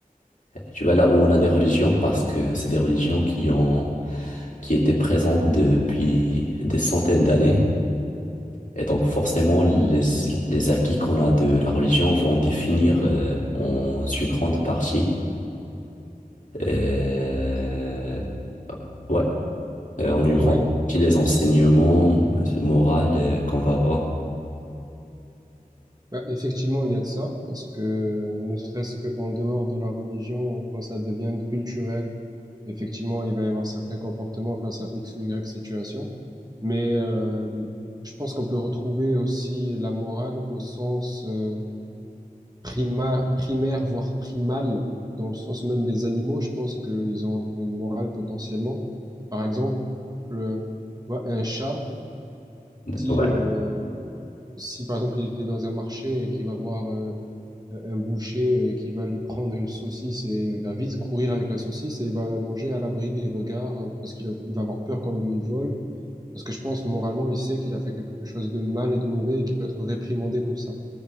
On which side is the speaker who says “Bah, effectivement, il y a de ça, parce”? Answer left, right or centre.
Right